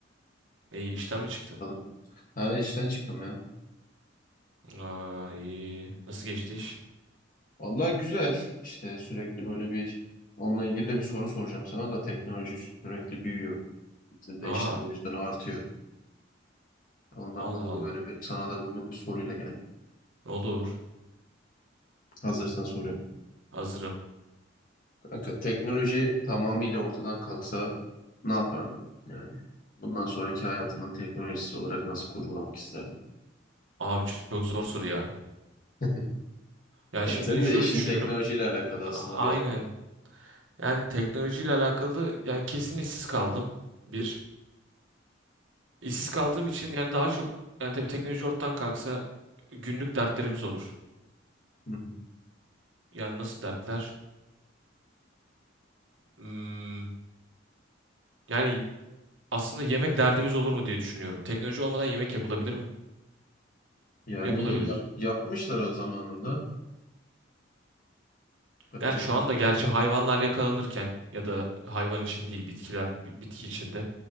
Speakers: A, on the right; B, on the left.
A: İyi, işten mi çıktın?
B: Bakalım. Ha işten çıktım ya.
A: Aa, iyi. Nasıl geçti iş?
B: Vallahi güzel. İşte sürekli böyle bir onunla ilgili de bir soru soracağım sana da teknoloji sürekli büyüyor. Bizim de
A: Aa,
B: işler o yüzden artıyor. Ondan
A: Allah
B: dolayı
A: Allah.
B: böyle bir sana da bugün bir soruyla geldim.
A: Ne olur.
B: Hazırsan soruyorum.
A: Hazırım.
B: Kanka teknoloji tamamıyla ortadan kalksa ne yapardın? Yani bundan sonraki hayatını teknolojisiz olarak nasıl kurgulamak isterdin?
A: Abi çok, çok zor soru ya.
B: <laughs>
A: Ya
B: Ya
A: şimdi
B: senin
A: şöyle
B: de işin
A: düşünürüm.
B: teknolojiyle alakalı
A: A-
B: aslında
A: Aynen.
B: bir yer.
A: Yani teknolojiyle alakalı yani kesin işsiz kaldım. Bir. İşsiz kaldığım için yani daha çok yani tabii teknoloji ortadan kalksa günlük dertlerimiz olur.
B: Hı hı.
A: Yani nasıl dertler? Hmm, yani aslında yemek derdimiz olur mu diye düşünüyorum. Teknoloji olmadan yemek yapılabilir mi?
B: Yani
A: Yapılabilir.
B: yap, yapmışlar o zamanında. Bence
A: Yani
B: de
A: şu anda
B: yapılabilir.
A: gerçi hayvanlar
B: yani.
A: yakalanırken ya da hayvan için değil bitkiler bi- bitki içinde.